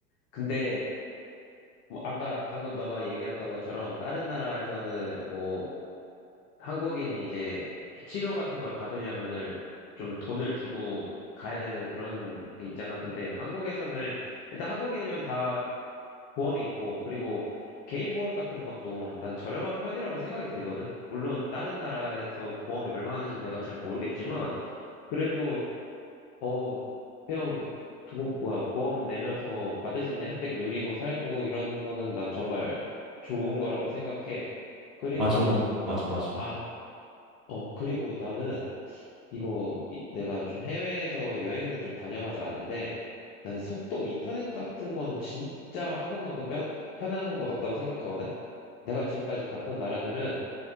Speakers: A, on the left; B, in the centre.
A: 근데, 뭐 아까 방금 너가 얘기했던 것처럼, 다른 나라에서는 뭐, 한국인이 이제 치료 같은 걸 받으려면은 좀 돈을 주고 가야 되는 그런 게 있잖아. 근데 한국에서는, 일단 한국인이면 다 보험이 있고, 그리고 개인 보험 같은 것도 난 저렴한 편이라고 생각이 들거든? 물론 다른 나라에서 보험이 얼마 하는지는 내가 잘 모르겠지만, 그래도 어, 그냥, 느- 두고, 뭐야, 보험 내면서 받을 수 있는 혜택 누리고 살고 이런 거는 난 정말 좋은 거라고 생각해. 그리고,
B: 맞아, 맞아, 맞아.
A: 아, 어, 그리고 나는 이거 이- 내가 좀 해외에서 여행을 좀 다녀봐서 아는데 난 속도 인터넷 같은 거는 진짜 한국만큼 편 편한 곳 없다고 생각하거든? 내가 지금까지 갔던 나라들은